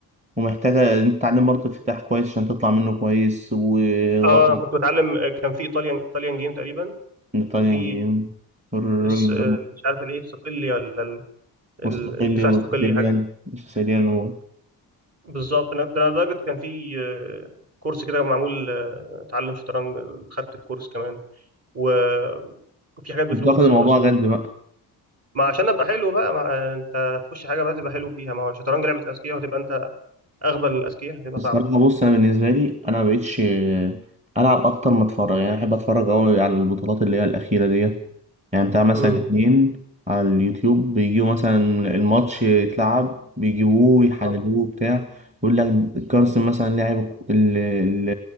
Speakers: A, on the right; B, on the right.
A: ومحتاجه إن أنت تتعلم برضه افتتاح كويس عشان تطلع منه كويس و وطن
B: اه أنا كنت بتعلم كان في ايطاليان ايطاليان جيم تقريبا
A: ايطاليان
B: وفي الس-
A: جيم
B: مش عارف الايه الصقلي ولا ال-
A: مستقلي
B: الدفاع
A: وسيسيليان
B: الصقلي حاجه كده.
A: سيسيليان هو
B: بالظبط انا ده لدرجه كان في آه، كورس كده معمول آه، تعلم شطرنج خدت الكورس كمان و وفي حاجات بفلوس
A: كنت واخد
B: بس
A: الموضوع
B: ما رضيتش اخش
A: جد بقى
B: ما عشان ابقى حلو بقى ما انت هتخش حاجه بقى تبقى حلو فيها ما هو الشطرنج لعبه الاذكياء وهتبقى انت اغبى الاذكياء هتبقى
A: الصراحة
B: صعبه
A: بص أنا بالنسبة لي أنا مبقتش ألعب أكتر ما أتفرج يعني أحب أتفرج أوي على البطولات اللي هي الأخيرة ديت يعني بتاع مثلا
B: امم
A: اتنين على اليوتيوب بيجيبوا مثلا الماتش يتلعب بيجيبوه يحللوه
B: اه
A: بتاع يقول لك كارسن مثلا لعب ال- ال-